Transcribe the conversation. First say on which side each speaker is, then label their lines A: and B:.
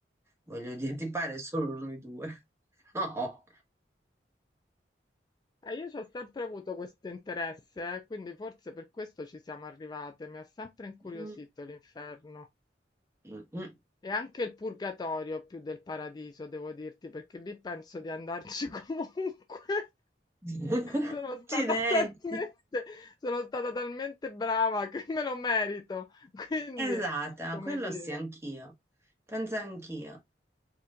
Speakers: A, on the right (about 15°); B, on the left (about 25°).
A: voglio dire, ti pare solo noi due? <laughs> No.
B: E io ci ho sempre avuto questo interesse, eh, quindi forse per questo ci siamo arrivate. Mi ha sempre incuriosito
A: Mm,
B: l'inferno.
A: mm, mm.
B: E anche il purgatorio più del paradiso, devo dirti, perché lì penso di andarci <laughs> comunque.
A: <laughs>
B: Sono
A: Accidenti.
B: stata talmente, sono stata talmente brava che me lo merito. Quindi,
A: Esatto,
B: come
A: quello
B: dire,
A: sì, anch'io. Penso anch'io.